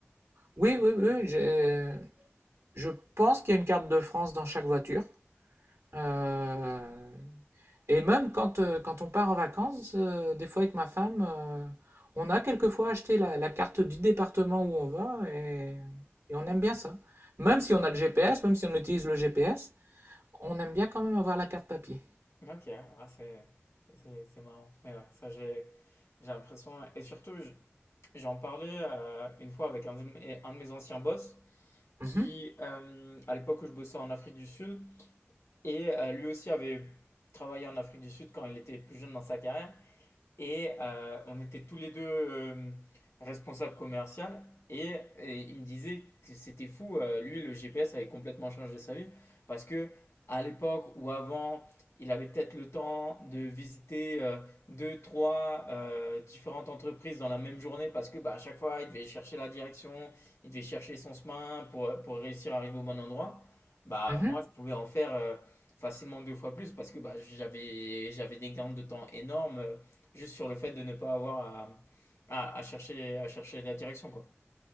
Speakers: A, on the right; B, on the left.
A: oui, oui, oui, j'ai- Je pense qu'il y a une carte de France dans chaque voiture. Euh, et même quand, euh, quand on part en vacances, euh, des fois avec ma femme, euh, on a quelquefois acheté la, la carte du département où on va et, et on aime bien ça. Même si on a le GPS, même si on utilise le GPS, on aime bien quand même avoir la carte papier.
B: OK, ah c'est c'est c'est marrant. Mais ouais, ça j'ai j'ai l'impression et surtout je- j'en parlais euh, une fois avec un de mes, un de mes anciens boss qui
A: Mhm,
B: euh, à l'époque où je bossais en Afrique du Sud et euh, lui aussi avait travaillé en Afrique du Sud quand il était plus jeune dans sa carrière et euh, on était tous les deux euh, responsables commerciaux. Et, et il me disait que c'était fou. euh, lui, le GPS avait complètement changé sa vie parce que à l'époque ou avant, il avait peut-être le temps de visiter euh, deux, trois euh, différentes entreprises dans la même journée parce que bah, à chaque fois, il devait chercher la direction, il devait chercher son chemin pour, pour réussir à arriver au bon endroit. Bah,
A: mhm.
B: moi, je pouvais en faire euh, facilement deux fois plus parce que bah, j'avais, j'avais des gains de temps énormes euh, Juste sur le fait de ne pas avoir à, à, à chercher, à chercher la direction, quoi.